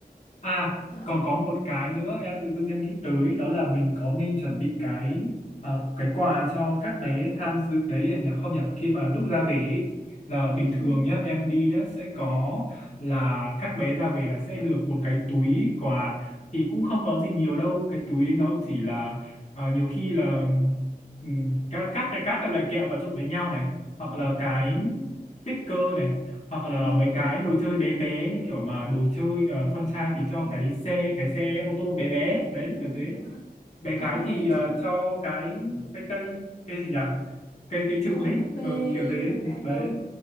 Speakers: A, on the left; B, on the left.
A: À,
B: thì họ
A: còn
B: sẽ
A: có một cái nữa em tự dưng em nghĩ tới đó là mình có nên chuẩn bị cái ờ, cái quà cho các bé tham dự đấy à nhỉ? Không nhỉ? Khi mà lúc ra về ấy, là bình
B: ừ,
A: thường nhá, em đi nhá sẽ có là các bé ra về là sẽ được một cái túi quà thì cũng không có gì nhiều đâu, cái túi ấy nó chỉ là ờ, nhiều khi là ừm, các các cái các cái loại kẹo mà trộn với nhau này
B: ừ,
A: hoặc là cái sticker này hoặc là
B: ừ,
A: mấy
B: được.
A: cái đồ chơi bé bé như kiểu mà đồ chơi ờ, con trai thì cho cái xe cái xe ô tô bé bé đấy
B: Ừ,
A: kiểu thế
B: đúng rồi.
A: bé
B: Có
A: gái thì
B: nha
A: ờ,
B: chị
A: cho cái cái cây cây gì nhỉ cây cây trượng
B: còn
A: ấy
B: búp bê
A: ừ, kiểu thế
B: hoặc
A: ừ,
B: là
A: đấy
B: ừ